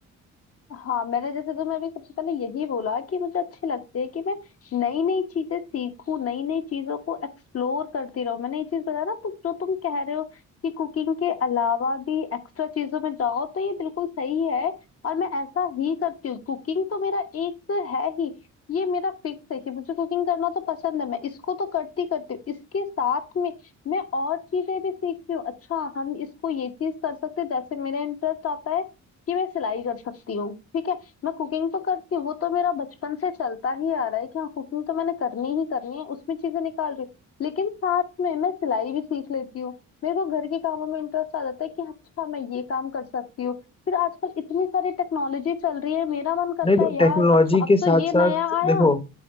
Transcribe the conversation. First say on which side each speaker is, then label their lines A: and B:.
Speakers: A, on the left; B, on the left.
A: हाँ मैंने जैसे तुम्हें अभी सबसे पहले यही बोला कि मुझे अच्छे लगते हैं कि मैं नई नई चीजें सीखूं नई नई चीजों को एक्सप्लोर करती रहूं मैंने ये चीज बताया ना तो जो तुम कह रहे हो कि कुकिंग के अलावा भी एक्स्ट्रा चीजों में जाओ तो ये बिल्कुल सही है और मैं ऐसा ही करती हूँ कुकिंग तो मेरा एक है ही ये मेरा फिक्स है कि मुझे कुकिंग करना तो पसंद है मैं इसको तो करती करती हूँ इसके साथ में मैं और चीजें भी सीखती हूँ अच्छा हम इसको ये चीज कर सकते हैं जैसे मेरा इंटरेस्ट आता है कि मैं सिलाई कर सकती हूँ ठीक है मैं कुकिंग तो करती हूँ वो तो मेरा बचपन से चलता ही आ रहा है कि हाँ कुकिंग तो मैंने करनी ही करनी है उसमें चीजें निकाल रही हूँ लेकिन साथ में मैं सिलाई भी सीख लेती हूँ मेरे को घर के कामों में इंटरेस्ट आ जाता है कि अच्छा मैं ये काम कर सकती हूँ फिर आजकल इतनी सारी टेक्नोलॉजी चल रही है मेरा मन करता
B: नहीं तो
A: है यार
B: टेक्नोलॉजी
A: अच्छा अब
B: के
A: तो
B: साथ
A: ये नया
B: साथ
A: आया
B: देखो